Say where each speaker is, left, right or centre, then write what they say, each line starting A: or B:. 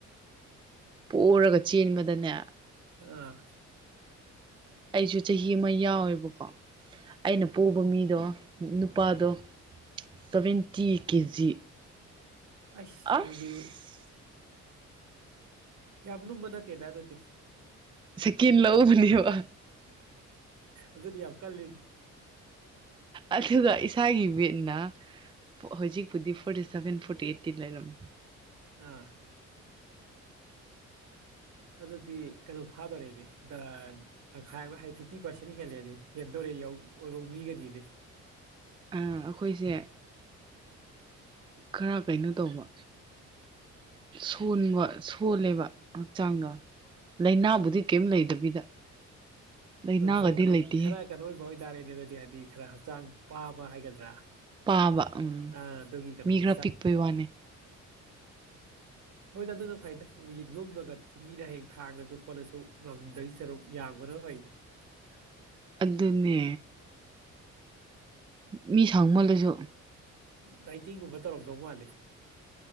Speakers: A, on the right; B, on the right.
A: ꯄꯣꯔꯒ ꯆꯦꯟꯕꯗꯅꯦ
B: ꯑꯥ
A: ꯑꯩꯁꯨ ꯆꯍꯤ ꯑꯃ ꯌꯥꯎꯋꯦꯕꯀꯣ ꯑꯩꯅ ꯄꯣꯛꯕ ꯃꯤꯗꯣ ꯅꯨꯄꯥꯗꯣ ꯁꯚꯦꯟꯇꯤ ꯀꯦꯖꯤ
B: ꯑꯁ
A: ꯑꯁ
B: ꯑꯗꯨꯗꯏ ꯌꯥꯝꯕꯅ ꯃꯠꯇꯦꯗꯥꯗꯨꯗꯤ
A: ꯀꯤꯟ ꯂꯧꯎꯕꯅꯦꯕ
B: ꯑꯗꯨꯗꯤ ꯌꯥꯝ ꯀꯜꯂꯤꯅꯦ
A: ꯑꯗꯨꯒ ꯏꯁꯥꯒꯤ ꯋꯦꯠꯅ ꯍꯧꯖꯤꯛꯄꯨꯗꯤ ꯐꯣꯔꯇꯤ ꯁꯚꯦꯟ ꯐꯣꯔꯇꯤ ꯑꯩꯠꯇꯤ ꯂꯩꯔꯝꯃꯤ
B: ꯑꯥ ꯑꯗꯨꯗꯤ ꯀꯩꯅꯣ ꯐꯥꯗꯣꯔꯦꯗꯤ ꯇꯪꯈꯥꯏ ꯑꯃ ꯍꯥꯏꯗꯤ ꯐꯤꯐꯇꯤ ꯄꯥꯔꯁꯦꯟ ꯍꯦꯜꯂꯦꯗꯤ ꯍꯦꯟꯗꯣꯔꯦ ꯑꯣꯏꯕ ꯃꯤꯒꯗꯤꯗꯤ
A: ꯑꯩꯈꯣꯏꯁꯦ ꯈꯔ ꯀꯩꯅꯣ ꯇꯧꯕ ꯁꯣꯟꯕ ꯁꯣꯜꯂꯦꯕ ꯍꯛꯆꯥꯡꯗ ꯂꯥꯏꯅꯥꯕꯨꯗꯤ ꯀꯔꯤꯝ ꯂꯩꯗꯕꯤꯗ ꯂꯥꯏꯅꯥꯒꯗꯤ
B: ꯑ ꯈꯔ ꯀꯩꯅꯣ
A: ꯂꯩꯇꯦꯍꯦ
B: ꯈꯔ ꯀꯩꯅꯣ ꯑꯣꯏꯕꯥꯎ ꯇꯥꯥꯔꯦꯅꯦ ꯑꯗꯨꯗꯤ ꯍꯥꯏꯗꯤ ꯈꯔ ꯍꯛꯆꯥꯡ ꯄꯥꯕ ꯍꯥꯏꯒꯗ꯭ꯔꯥ
A: ꯄꯥꯕ ꯎꯝ
B: ꯑꯥ ꯑꯗꯨꯒꯤ ꯀꯩꯅꯣꯒꯤ
A: ꯃꯤ ꯈꯔ ꯄꯤꯛꯄꯩ ꯋꯥꯅꯦ
B: ꯍꯣꯏ ꯑꯗꯨꯅ ꯐꯩꯗꯒꯤ ꯂꯨꯝꯃꯒ ꯃꯤꯅ ꯍꯌꯦꯡ ꯊꯥꯡꯅꯁꯨ ꯈꯣꯠꯂꯁꯨ ꯉꯝꯗꯩ ꯁꯔꯨꯛ ꯌꯥꯡꯕꯅ ꯐꯩꯗ <unintelligible>
A: ꯑꯗꯨꯅꯦ ꯃꯤ ꯁꯧꯃꯜꯂꯁꯨ
B: ꯅꯥꯏ꯭ꯟꯇꯤꯡꯒꯨꯝꯕ ꯇꯧꯔꯝꯗꯧ ꯃꯥꯂꯦ